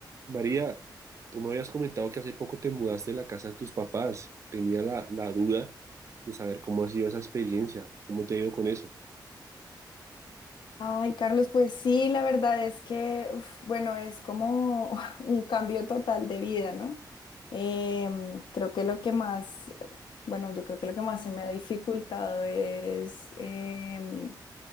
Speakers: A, on the right; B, on the left.
A: María, tú me habías comentado que hace poco te mudaste de la casa de tus papás. Tenía la, la duda de saber cómo ha sido esa experiencia, cómo te ha ido con eso.
B: Ay, Carlos, pues sí, la verdad es que, uf, bueno, es como <laughs> un cambio total de vida, ¿no? Em, creo que lo que más, bueno, yo creo que lo que más se me ha dificultado es em,